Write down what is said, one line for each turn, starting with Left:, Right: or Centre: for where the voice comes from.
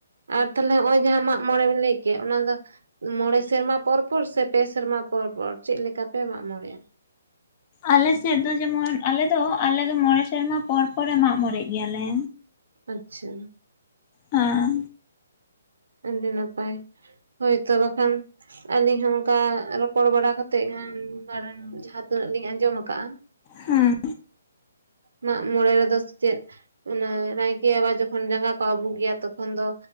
Right: ᱟᱨ ᱛᱟᱦᱚᱞᱮ ᱱᱚᱜᱼᱚᱭ ᱡᱟᱦᱟᱸ ᱢᱟᱜᱢᱚᱬᱮ ᱵᱤᱱ ᱞᱮᱭ ᱠᱮᱫ ᱚᱱᱟ ᱫᱚ ᱢᱚᱬᱮ ᱥᱮᱨᱢᱟ ᱯᱚᱨ ᱯᱚᱨ ᱥᱮ ᱯᱮ ᱥᱮᱨᱢᱟ ᱯᱚᱨ ᱯᱚᱨ ᱪᱮᱫ ᱞᱮᱠᱟ ᱯᱮ ᱢᱟᱜ ᱢᱚᱬᱮᱜᱼᱟ?
Left: ᱟᱞᱮᱥᱮᱫ ᱫᱚ ᱡᱮᱢᱚᱱ ᱟᱞᱮᱫᱚ ᱟᱞᱮᱫᱚ ᱢᱚᱬᱮ ᱥᱮᱨᱢᱟ ᱯᱚᱨ ᱯᱚᱨᱮ ᱢᱟᱜ ᱢᱚᱬᱮ ᱜᱮᱭᱟᱞᱮ᱾
Right: ᱟᱪᱪᱷᱟ᱾
Left: ᱟ
Right: ᱟᱹᱰᱤ ᱱᱟᱯᱟᱭ, ᱦᱳᱭᱛᱚ ᱵᱟᱠᱷᱟᱱ᱾ ᱟᱹᱞᱤᱧ ᱦᱚᱸ ᱚᱱᱠᱟ ᱨᱚᱯᱚᱲ ᱵᱟᱲᱟ ᱠᱟᱛᱮ ᱜᱮ <unintelligible> ᱡᱟᱦᱟᱸᱛᱤᱱᱟᱹᱜ ᱞᱤᱧ ᱟᱸᱡᱚᱢ ᱟᱠᱟᱜᱼᱟ᱾
Left: ᱦᱮᱸ
Right: ᱢᱟᱜ ᱢᱚᱬᱮ ᱨᱮᱫᱚ ᱥᱮ ᱪᱮᱫ ᱚᱱᱮ ᱱᱟᱭᱠᱮ ᱵᱟᱵᱟ ᱡᱚᱠᱷᱚᱱ ᱡᱟᱸᱜᱟ ᱠᱚ ᱟᱹᱵᱩᱜᱭᱟ ᱛᱚᱠᱷᱚᱱ ᱫᱚ